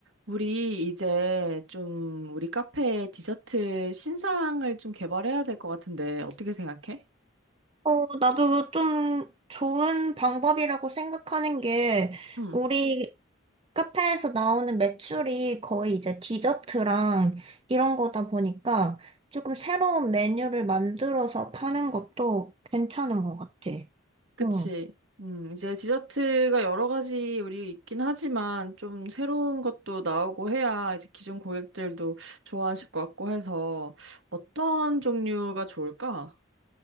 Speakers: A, on the right (about 65°); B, on the right (about 25°).
A: 우리 이제 좀 우리 카페 디저트 신상을 좀 개발해야 될 것 같은데 어떻게 생각해?
B: 어, 나도 좀 좋은 방법이라고 생각하는 게,
A: 응,
B: 우리 카페에서 나오는 매출이 거의 이제 디저트랑 이런 거다 보니까 조금 새로운 메뉴를 만들어서 파는 것도 괜찮은 것 같아.
A: 그치.
B: 어.
A: 음, 이제 디저트가 여러 가지 우리 있긴 하지만 좀 새로운 것도 나오고 해야 이제 기존 고객들도 좋아하실 것 같고 해서 어떤 종류가 좋을까?